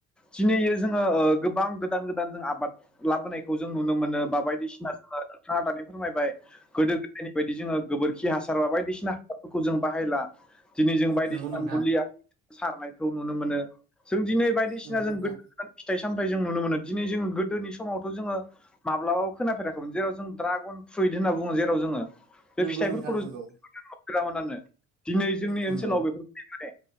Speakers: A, in the centre; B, on the right (about 70°).
A: दिनैयो जोङो गोबां गोदान गोदान जों आबाद लाबोनायखौ जों नुनो मोनो बा बायदिसिना जोङो दानि फोरमायबाय गोदो गोदायनि बायदि जोङो गोबोरखि हासार बा बायदिसिना फोरखौ जों बाहायला दिनै जों बायदिसिना
B: नंगौ नोंथां
A: मुलिया सारनायखौ नुनो मोनो जों दिनै बायदिसिना
B: नंगौ
A: जों
B: नोंथां
A: गोदो <inaudible> फिथाइ सामथाय जों नुनो मोनो दिनै जों गोदोनि समावथ' जोङो माब्लाबाबो खोनाफेराखैमोन जेराव जों दड्रागन फ्रुइट होनना बुङो जेराव जोङो बे
B: नंगौ
A: फिथफोरखौथ'
B: नोंथां नंगौ
A: हगोरामोनानो दिनै जोंनि
B: नंगौ
A: ओनसोलाव बेफोर